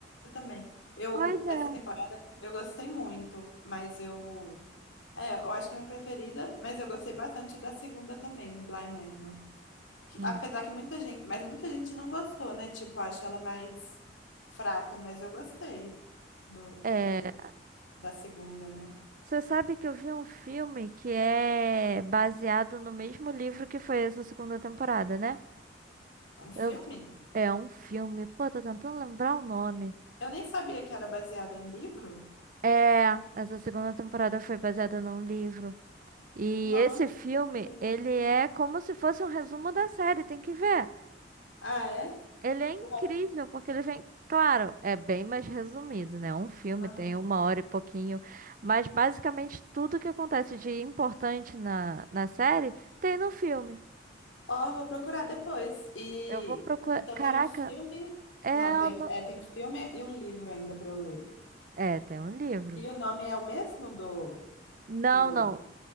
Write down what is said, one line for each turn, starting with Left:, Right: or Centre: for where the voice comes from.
Left: também. Eu,
Right: Pois
Left: essa
Right: é.
Left: temporada, eu gostei muito, mas eu. É, eu acho que é a minha preferida, mas eu gostei bastante da segunda também, Bly Manor. Que,
Right: Hum.
Left: apesar que muita gente. Mas muita gente não gostou, né? Tipo, acho ela mais fraca, mas eu gostei do,
Right: É,
Left: do, da segunda, né?
Right: você sabe que eu vi um filme que é baseado no mesmo livro que foi essa segunda temporada, né?
Left: Um filme?
Right: Eu- é um filme, pô, tô tentando lembrar o nome.
Left: Eu nem sabia que era baseada em livro.
Right: É, essa segunda temporada foi baseada num livro. E
Left: Nossa,
Right: esse filme,
Left: não sabia.
Right: ele é como se fosse um resumo da série, tem que ver.
Left: ah, é?
Right: Ele é incrível,
Left: Ué,
Right: porque ele vem. Claro, é bem mais resumido, né? Um filme
Left: ah.
Right: tem uma hora e pouquinho, mas basicamente tudo que acontece de importante na, na série tem no filme.
Left: Ó, vou procurar depois. E
Right: Eu vou procurar.
Left: então
Right: Caraca,
Left: tem um filme.
Right: é.
Left: Não, tem,
Right: o no-
Left: é, tem um filme e um livro ainda para eu ler.
Right: É, tem um livro.
Left: E o nome é o mesmo do,
Right: Não,
Left: do...
Right: não.